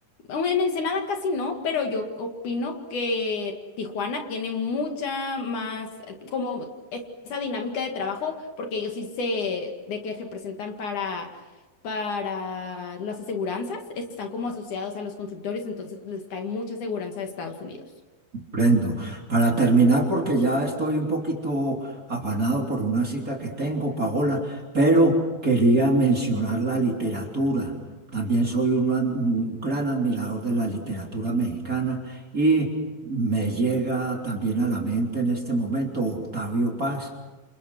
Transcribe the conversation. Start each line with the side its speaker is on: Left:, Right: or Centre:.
Left: Aún En Ensenada casi no, pero yo opino que Tijuana tiene mucha más, eh, como esa dinámica de trabajo, porque ellos sí se, de que se presentan para para las aseguranzas, están como asociados a los constructores, entonces les cae mucha aseguranza de Estados Unidos.
Right: Prendo. Para terminar, porque ya estoy un poquito afanado por una cita que tengo, Paola, pero quería mencionar la literatura. También soy un, ad- un gran admirador de la literatura mexicana y me llega también a la mente en este momento Octavio Paz.